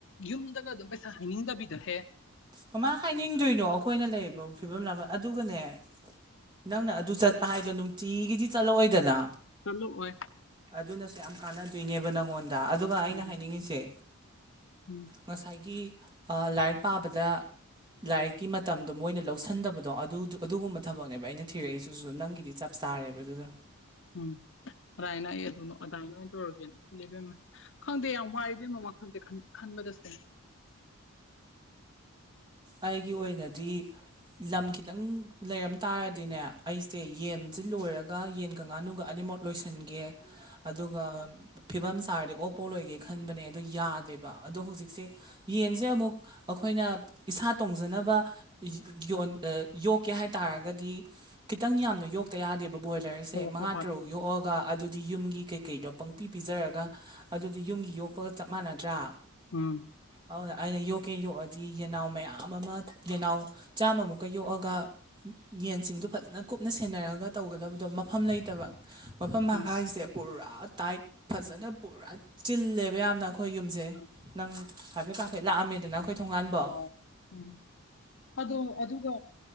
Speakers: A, on the left; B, on the right.
A: ꯌꯨꯝꯗꯒ ꯑꯗꯨꯝ ꯄꯩꯁꯥ ꯍꯩꯅꯤꯡꯗꯕꯤꯗꯣ ꯍꯦ
B: ꯀꯃꯥꯏ ꯍꯥꯏꯅꯤꯡꯗꯣꯏꯅꯣ ꯑꯩꯈꯣꯏꯅ ꯂꯩꯔꯤꯕ ꯐꯤꯕꯝ ꯑꯗꯨꯒꯅꯦ ꯅꯪꯅ ꯑꯗꯨ ꯆꯠꯄ ꯍꯥꯏꯗꯣ ꯅꯨꯡꯇꯤꯒꯤꯗꯤ ꯆꯠꯂꯛꯑꯣꯏꯗꯅ
A: ꯆꯠꯂꯛ ꯑꯣꯏ
B: ꯑꯗꯨꯅꯁꯨ ꯌꯥꯝ ꯀꯥꯟꯅꯗꯣꯏꯅꯦꯕ ꯅꯪꯉꯣꯟꯗ ꯑꯗꯨꯒ ꯑꯩꯅ
A: ꯎꯝ
B: ꯍꯥꯏꯅꯤꯡꯉꯤꯁꯦ
A: ꯎꯝ
B: ꯉꯁꯥꯏꯒꯤ ꯂꯥꯏꯔꯤꯛ ꯄꯥꯕꯗ ꯂꯥꯏꯔꯤꯛꯀꯤ ꯃꯇꯝ ꯗꯣ ꯃꯣꯏꯅ ꯂꯧꯁꯟꯗꯕꯗꯣ ꯑꯗꯨ ꯑꯗꯨꯒꯨꯝꯕ ꯊꯕꯛꯅꯦꯕ ꯑꯩꯅ ꯊꯤꯔꯛꯏꯁꯤꯁꯨ ꯅꯪꯒꯤꯗꯤ ꯆꯞ ꯆꯥꯔꯦꯕ ꯑꯗꯨꯅ
A: ꯎꯝ ꯑꯔꯥꯏꯅ ꯑꯩ ꯑꯗꯨꯅ ꯑꯗꯥꯢꯅ ꯑꯣꯏꯅ ꯇꯔꯒꯦꯅ ꯈꯜꯂꯤ ꯏꯕꯦꯝꯃ ꯈꯪꯗꯦ ꯌꯥꯝ ꯋꯥꯏ ꯏꯕꯦꯝꯃ ꯋꯥꯈꯟꯖꯦ ꯈꯟ ꯈꯟꯕꯗꯁꯨ
B: ꯑꯩꯒꯤ ꯑꯣꯏꯅꯗꯤ ꯂꯝ ꯈꯤꯇꯪ ꯂꯩꯔꯝ ꯇꯥꯔꯗꯤꯅꯦ ꯑꯩꯁꯦ ꯌꯦꯟꯁꯦ ꯂꯣꯏꯔꯒ ꯌꯦꯟꯒ ꯉꯥꯅꯨꯒ ꯑꯅꯤꯃꯛ ꯂꯣꯏꯁꯟꯒꯦ
A: <inaudible>
B: ꯑꯗꯨꯒ ꯐꯤꯕꯝ ꯆꯥꯔꯗꯤ ꯑꯣꯛꯐꯧ ꯂꯣꯏꯒꯦ ꯈꯟꯕꯅꯦ ꯑꯗꯣ ꯌꯥꯗꯦꯕ ꯑꯗꯣ ꯍꯧꯖꯤꯛꯁꯦ ꯌꯦꯟꯁꯦ ꯑꯃꯨꯛ ꯑꯩꯈꯣꯏꯅ ꯏꯁꯥ ꯇꯣꯡꯖꯅꯕ ꯌꯣꯟ ꯌꯣꯛꯀꯦ ꯍꯥꯏ ꯇꯥꯔꯒꯗꯤ ꯈꯤꯇꯪ ꯌꯥꯝꯅ ꯌꯣꯛꯇ ꯌꯥꯗꯦꯕ ꯕꯣꯏꯂꯔꯁꯦ
A: ꯍꯣ
B: ꯃꯉꯥ
A: ꯍꯣ ꯍꯣꯏ
B: ꯇꯔꯨꯛ ꯌꯣꯛꯑꯒ ꯒ ꯑꯗꯨꯗꯤ ꯌꯨꯝꯒꯤ ꯀꯩꯀꯩꯗꯣ ꯄꯪꯄꯤ ꯄꯤꯖꯔꯒ ꯑꯗꯨꯗꯤ ꯌꯨꯝꯒꯤ ꯌꯣꯛꯄꯒ ꯆꯞ ꯃꯥꯟꯅꯗ꯭ꯔꯥ
A: ꯎꯝ
B: ꯑꯗꯨꯅ ꯑꯩꯅ ꯌꯣꯛꯀꯦ ꯌꯣꯛꯑꯗꯤ ꯌꯦꯅꯥꯎ ꯃꯌꯥꯝ ꯑꯃ ꯌꯦꯅꯥꯎ ꯆꯥꯝꯃꯃꯨꯛꯀ ꯌꯣꯛꯑꯒ ꯌꯦꯟꯁꯤꯡꯗꯣ ꯐꯖꯅ ꯀꯨꯞꯅ ꯁꯦꯟꯅꯔꯒ ꯇꯧꯒꯗꯕꯗꯣ ꯃꯐꯝ ꯂꯩꯇꯕ ꯃꯐꯝ
A: ꯎꯝ
B: ꯍꯥꯏꯁꯦ ꯄꯨꯔꯥ ꯇꯥꯏꯠ ꯐꯖꯅ ꯄꯨꯔꯥ ꯆꯤꯜꯂꯦꯕ ꯌꯥꯝꯅ ꯑꯩꯈꯣꯏ ꯌꯨꯝ ꯖꯦ
A: ꯎꯝ
B: ꯅꯪ ꯍꯥꯏꯐꯦꯠ ꯀꯐꯦꯠ ꯂꯥꯛꯑꯝꯃꯦꯗꯅ ꯑꯩꯈꯣꯏ ꯊꯣꯡꯒꯥꯟꯐꯧ
A: ꯑꯣ ꯎꯝ ꯑꯗꯣ ꯑꯗꯨꯒꯨ